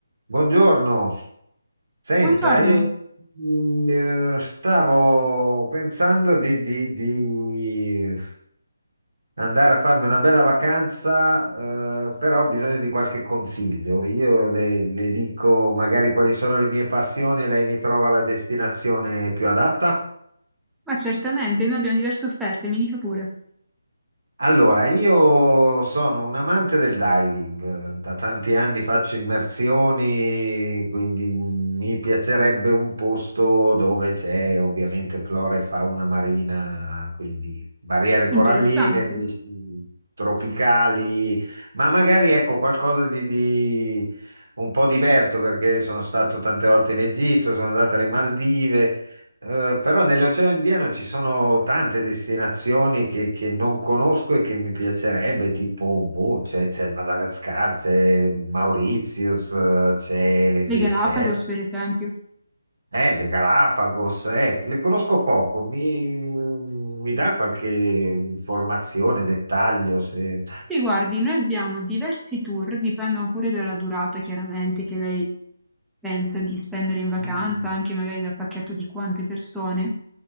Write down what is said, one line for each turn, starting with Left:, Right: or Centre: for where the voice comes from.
Right: Buongiorno, senta,
Centre: Buongiorno!
Right: e- eh, stavo pensando di, di- di andare a farmi una bella vacanza, eh, però ho bisogno di qualche consiglio. Io le, le dico magari quali sono le mie passioni e lei mi trova la destinazione più adatta.
Centre: Ma certamente, noi abbiamo diverse offerte, mi dica pure.
Right: Allora, io sono un amante del diving, da tanti anni faccio immersioni, quindi mi piacerebbe un posto dove c'è ovviamente flora e fauna marina, quindi barriere coralline,
Centre: Interessante.
Right: pesci tropicali, ma magari ecco qualcosa di, di un po' diverso perché sono stato tante volte in Egitto, sono andato alle Maldive. Eh, però nell'Oceano Indiano ci sono tante destinazioni che, che non conosco e che mi piacerebbe, tipo, boh, c'è c'è il Madagascar, c'è Mauritius, eh, c'è le Seychelles,
Centre: Le Galapagos, per esempio.
Right: eh, le Galapagos, eh, le conosco poco. Mi, mi dà qualche informazione, dettaglio? se-
Centre: Sì, guardi, noi abbiamo diversi tour, dipendono pure dalla durata, chiaramente, che lei pensa di spendere in vacanza,
Right: Mm,
Centre: anche magari dal pacchetto di quante persone.